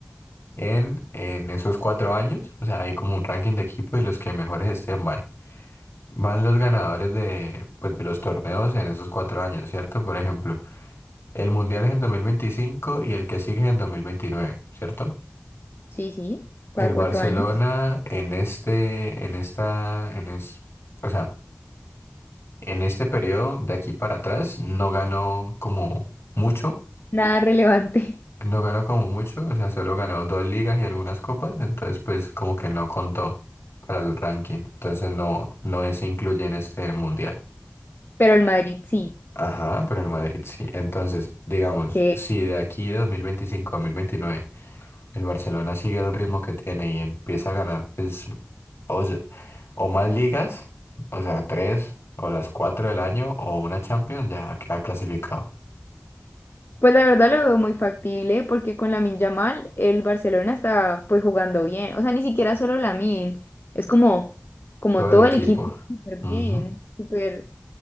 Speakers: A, on the left; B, on the left.
A: en, en esos cuatro años, o sea, hay como un ranking de equipo y los que mejores estén van. Van los ganadores de, pues, de los torneos en esos cuatro años, ¿cierto? Por ejemplo, el mundial es en 2025 y el que sigue es en dos mil veintinueve ¿cierto?
B: Sí, sí, cada
A: El Barcelona
B: cuatro años.
A: en este, en esta, en es, o sea, en este periodo de aquí para atrás no ganó como mucho,
B: Nada relevante,
A: no ganó como mucho, o sea, solo ganó dos ligas y algunas copas, entonces pues como que no contó para el ranking, entonces no, no se incluye en este mundial.
B: <laughs> pero el Madrid sí.
A: Ajá, pero el Madrid sí. Entonces, digamos,
B: Ok.
A: si de aquí de 2025 a 2029 el Barcelona sigue el ritmo que tiene y empieza a ganar pues O, se- o más ligas, o sea, tres o las cuatro del año o una Champions, ya queda clasificado.
B: Pues la verdad lo veo muy factible porque con Lamine Yamal el Barcelona está pues jugando bien. O sea, ni siquiera solo Lamine, es como, como
A: Todo
B: todo
A: el equipo.
B: el equipo está súper bien,
A: Ujú,
B: súper